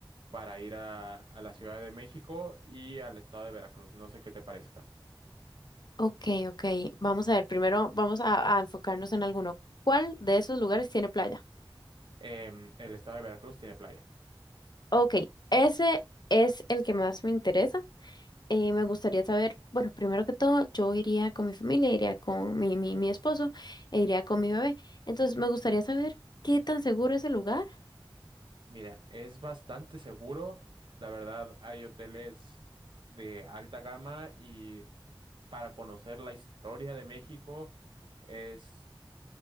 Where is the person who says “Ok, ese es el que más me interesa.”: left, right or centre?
Left